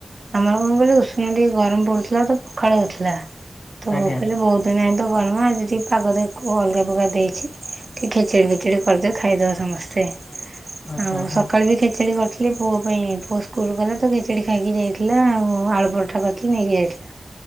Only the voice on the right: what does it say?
ଆମର କଣ କହିଲୁ ଉଷୁନା ଟିକେ ଗରମ ପଡୁଥିଲା ତ ପଖାଳ ହଉଥିଲା। ତ ବୋଉ
କହିଲେ ବହୁତ ଦିନ ଏଇ ତ ଗରମ ଆଜି ଟିକେ ପାଗ ଦେଇଛି ଅଲଗା ପ୍ରକାର ଦେଇଛି। କି ଖିଚିଡ଼ି ଫିଚିଡ଼ି କରିଦିଅ ଖାଇଦେବ ସମସ୍ତେ
ଆଉ
ସକାଳୁ ବି ଖିଚିଡ଼ି କରି ପୁଅ ପାଇଁ ପୁଅ ସ୍କୁଲ ଗଲା ତ ଖିଚିଡି ଖାଇକି ଯାଇଥିଲା ଆଉ ଆଳୁ ପରଟା କରିଥିଲି ନେଇକି ଯାଇଥିଲା।